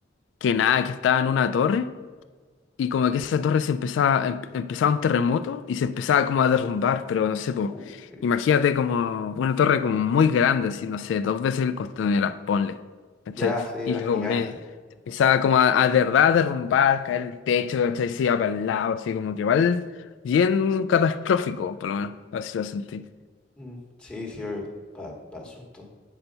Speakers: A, on the left; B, in the centre.
A: que nada, que estaba en una torre y como que esa torre se empezaba, em- empezaba un terremoto y se empezaba como a derrumbar, pero no sé, pues,
B: oh, qué brillo.
A: imagínate como una torre como muy grande, así, no sé, dos veces el Costanera, ponle, ¿cachai?
B: Ya, sí, era
A: Y
B: gigante.
A: como que se empezaba como a, a de verdad a derrumbar, caer el techo, ¿cachai? Se iba para el lado, así como que igual bien catastrófico, por lo menos, así lo sentí.
B: Mm, sí, sí, obvio. Para el susto.